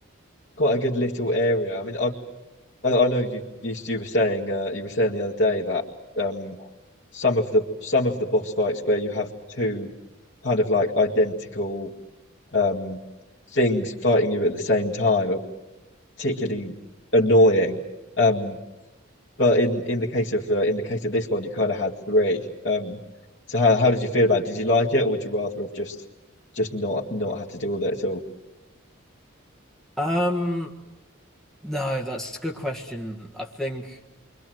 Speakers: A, on the left (about 55°); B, in the centre.
A: quite a good little area. I mean I I, I know you, you you were saying uh you were saying the other day that um some of the some of the boss fights where you have two kind of like identical um things fighting you at the same time are particularly annoying. Um but in in the case of uh, in the case of this one, you kind of had three. Um, so how how did you feel about it? Did you like it, or would you rather have just just not not had to deal with it at all?
B: Um, no, that's a good question. I think